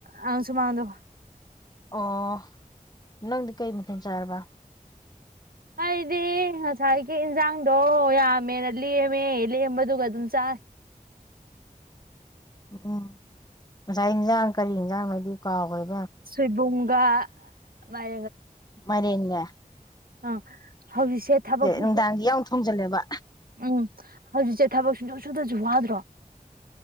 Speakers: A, on the right; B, on the left.
A: ꯑ ꯁꯨꯃꯥꯡꯗꯣ
B: ꯑꯣ ꯅꯪꯗꯤ ꯀꯩ ꯃꯊ ꯆꯥꯔꯕ
A: ꯍ ꯏꯗꯦ ꯁꯥꯏ ꯒꯤ ꯏꯟꯖꯥꯡꯗꯣ ꯌꯥꯝꯃꯦꯅ ꯂꯦꯝꯃꯦ ꯂꯦꯝꯕꯗꯨꯒ ꯑꯗꯨꯝ ꯆ
B: ꯎꯝ ꯉꯁꯥꯏ ꯏꯟꯖꯥꯡ ꯀꯔꯤ ꯌꯦꯟꯖꯥꯡ ꯍꯥꯏꯗꯤ ꯀꯥꯎꯈꯦ
A: ꯁꯤꯕꯨꯡ ꯏꯄꯥ ꯃꯥꯏ
B: ꯃꯔꯤꯒ
A: ꯑ ꯍꯧꯖꯤꯛꯁꯦ ꯊꯕꯛ ꯁꯨ
B: ꯅꯨꯡꯗꯥꯡꯒꯤ ꯌꯥꯝ ꯊꯣꯡꯖꯜꯂꯦꯕ
A: ꯎꯝ ꯍꯧꯖꯤꯛꯁꯦ ꯊꯕꯛ ꯁꯨ ꯁꯨꯗꯁꯨ ꯋꯥꯗ꯭ꯔꯣ?